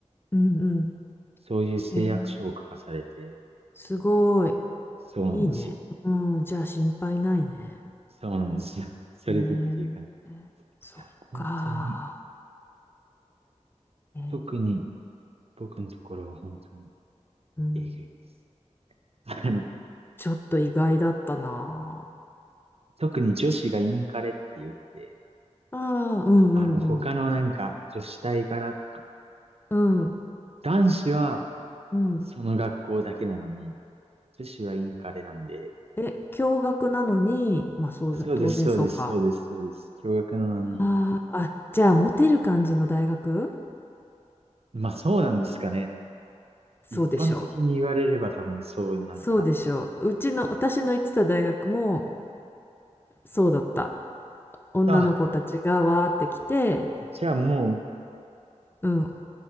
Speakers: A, on the left; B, on the right.
A: うんうん。
B: そういう誓約書を書かされて、
A: えー、すごい。
B: そうなんですよ。
A: いいね。うん、じゃあ心配ないね。
B: そうなんですよ。<laughs> それでっていう感じ。
A: ね
B: い
A: え、そっか。
B: や、本当に、
A: えー、
B: 特に僕のところは本当に
A: うん。
B: えぐいです。<laughs> あの、
A: ちょっと意外だったな。
B: 特に女子がインカレって言って、
A: ああ、うんうんうん。
B: あの、他のなんか、女子大からとか、
A: うん
B: 男子は
A: うん。
B: その学校だけなのに、女子はインカレなんで、
A: え、共学なのに、まあ、そう、
B: そうです、
A: 当然そうか。
B: そうです、そうです、そうです。共学なのに、
A: あーあ、じゃあ、モテる感じの大学
B: まあそうなんですかね。
A: そうでしょう。
B: 一般的に言われれば多分そうなのかなって思います。
A: そうでしょう。うちの、私の行ってた大学も、そうだった。女の子たちがわーって来て、
B: あ、じゃあも
A: うん、